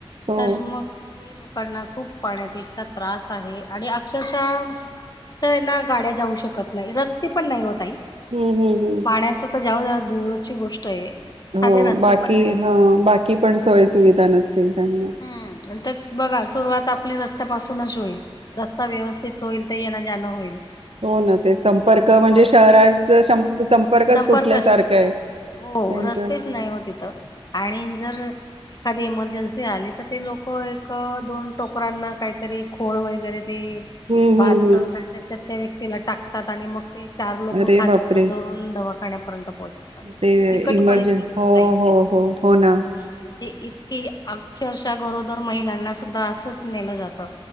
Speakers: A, on the right; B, on the left.
A: हो
B: तर मग ते लोकांना खूप पाण्याचा इतका त्रास आहे आणि अक्षरशः तिथ ना गाड्या जाऊ शकत नाही रस्ते पण नाही ओ ताई.
A: हम्म हम् हम्.
B: पाण्याच तर ज्याव दूरची गोष्ट आहे. साधे
A: हो
B: रस्ते
A: बाकी
B: पण नाही
A: ह
B: तिथं
A: बाकी पण सोय सुुविधा नसतील चांगल्या
B: हम्म तर बघा सुरुवात आपली रस्त्यापासूनच होईल. रस्ता व्यवस्थित होईल ते येन जाणं होईल.
A: हो ना. ते संपर्क
B: किंवा
A: म्हणजे.
B: हो
A: शहराचा संपर्कच
B: संपर्क,
A: तुटल्यासारखं आहे
B: हो
A: त्यांच
B: रस्तेच नाही हो तिथं. आणि जर एखादी इमर्जन्सी आली तर, ते लोक एक दोन टोकरांना काहीतरी खोळ वगैरे ते
A: हम्म
B: बांधतात.
A: हम्म हम्म
B: आणि त्याच्यात त्या व्यक्तीला टाकतात. आणि मग ते चार लोक
A: अरे
B: खांद्यावर
A: बापरे
B: धरून दवाखान्यापर्यंत पोहचात. इतकी
A: ते
B: बिकट
A: इमर्जन
B: परिस्थिती
A: हो
B: ताई.
A: हो हो हो ना
B: हम्म, म्हणजे इतकी अक्षरशः गरोदर महिलांना सुद्धा असंच नेलं जातं‌.